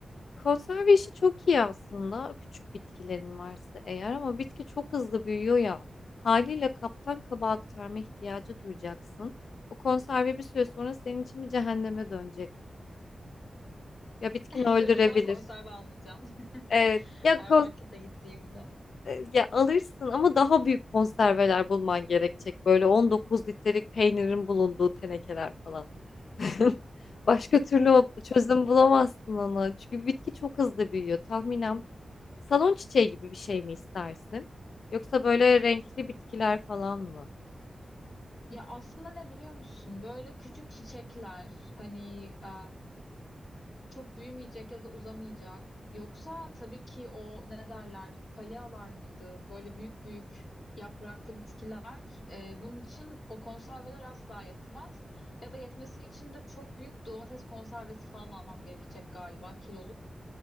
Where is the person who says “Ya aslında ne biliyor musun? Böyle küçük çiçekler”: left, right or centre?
Left